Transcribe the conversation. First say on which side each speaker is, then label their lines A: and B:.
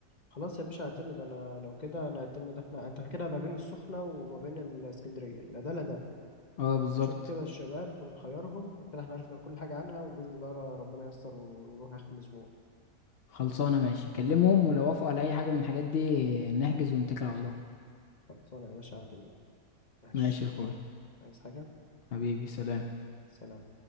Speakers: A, on the left (about 30°); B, on the left (about 55°).
A: خلاص يا باشا اعتمد انا لو كده نعتمد احنا انت كده ما بين السخنة وما بين الاسكندرية لا ده لا ده
B: اه بالظبط
A: نشوف كده الشباب ونخيرهم وكده احنا عرفنا كل حاجة عنها وبإذن الله ربنا ييسر ونروح آخر الأسبوع
B: خلصانة ماشي كلمهم ولو وافقوا على أي حاجة من الحاجات دي نحجز ونتكل على الله
A: خلصانة يا باشا اعتمد ماشي
B: ماشي يا أخوي
A: عايز حاجة
B: حبيبي سلام
A: سلام